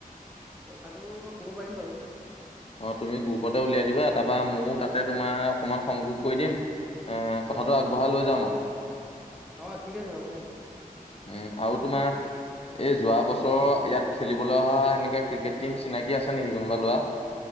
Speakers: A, in the centre; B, on the left.
A: কথাটো মই ক'ব পাৰিম বাৰু।
B: অ তুমি গ্ৰুপতে উলিয়াই দিবা তাৰপা ময়ো তাতে তোমাৰ অকণমান সংযোগ কৰি দিম এ
A: হয়
B: কথাটো আগবঢ়াই লৈ যাম আৰু
A: অ ঠিক আছে হ'ব
B: উম আৰু
A: বাকী
B: তোমাৰ এই যোৱা বছৰ
A: অ
B: ইয়াত খেলিবলৈ অহা সেনেকা ক্ৰিকেট টিম চিনাকি আছে নেকি কোনোবা লৰা।